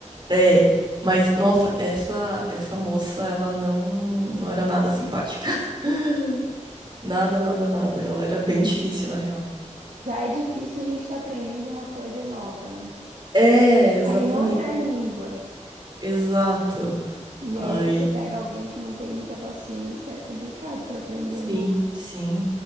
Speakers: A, on the right; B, on the right.
A: É, mas nossa, essa essa moça, ela não não era nada simpática. <laughs> Nada, nada, nada. Ela era bem difícil, na real.
B: já é difícil a gente estar aprendendo uma coisa nova, né?
A: É, exatamente.
B: Aí em outra língua.
A: Exato.
B: E
A: Aí
B: aí você pega alguém que não tem muita paciência, é complicado para aprender,
A: Sim,
B: né?
A: sim.